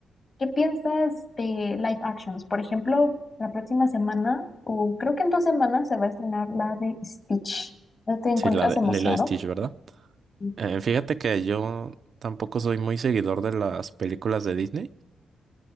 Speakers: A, on the left; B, on the right.
A: ¿qué piensas de live actions? Por ejemplo, la próxima semana, o creo que en dos semanas, se va a estrenar la de Stitch. ¿No te encuentras
B: Sí, la de
A: emocionado?
B: Lilo y Stitch, ¿verdad?
A: Sí.
B: Eh, fíjate que yo tampoco soy muy seguidor de las películas de Disney.